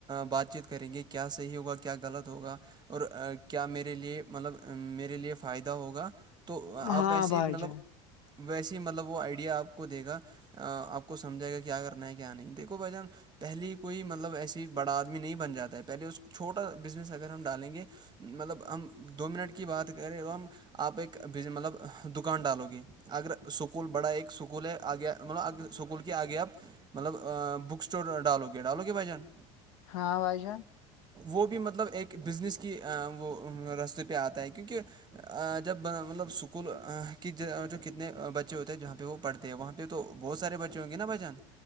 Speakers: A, on the right (about 25°); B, on the left (about 75°).
A: بات چیت کریں گے کیا صحیح ہوگا کیا غلط ہوگا اور کیا میرے لیے مطلب میرے لیے فائدہ ہوگا تو آپ
B: ہاں
A: اییسی
B: بھائی
A: مطلب
B: جان
A: ویسے ہی مطلب وہ آئیڈیا آپ کو دے گا آپ کو سمجھائے گا کیا کرنا ہے کیا نہیں دیکھو بھائی جان پہلے کوئی مطلب ایسی بڑا آدمی نہیں بن جاتا ہے پہلے اس چھوٹا بزنس اگر ہم ڈالیں گے مطلب ہم دو منٹ کی بات کریں تو ہم آپ ایک مطلب دکان ڈالو گے اگر سکول بڑا ایک سکول ہے آگے مطلب سکول کے آگے آپ مطلب بک اسٹور ڈالو کے ڈالو کے بھ جان
B: ہاں وائی جان
A: وہ بھی مطلب ایک بزنس کی وہ رستے پہ آتا ہے کیونکہ جب مطلب اسکول کی جو کتنے بچے ہوتے ہیں جہاں پہ وہ پڑھتے وہاں پہ تو بہت سارے بچے ہوں گے نا بچن